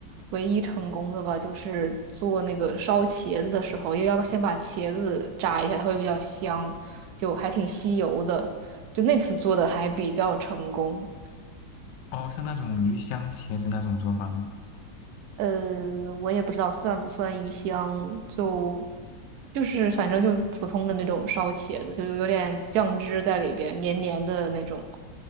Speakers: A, on the right; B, on the left.
A: 唯一成功的吧，就是做那个烧茄子的时候，因为要先把茄子炸一下，它会比较香，就还挺吸油的。就那次做的还比较成功。
B: 哦，是那种鱼香茄子那种做法吗？
A: 呃，我也不知道算不算鱼香，就就是反正就普通的那种烧茄子，就有点酱汁在里边，黏黏的那种。